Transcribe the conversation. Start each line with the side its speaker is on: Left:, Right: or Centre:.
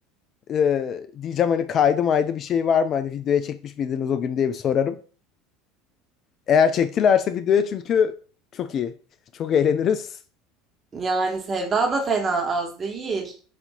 Left: Ee, diyeceğim hani kaydı maydı bir şey var mı? Hani videoya çekmiş miydiniz o gün diye bir sorarım. Eğer çektilerse videoya çünkü çok iyi. Çok eğleniriz.
Right: Yani Sevda da fena az değil.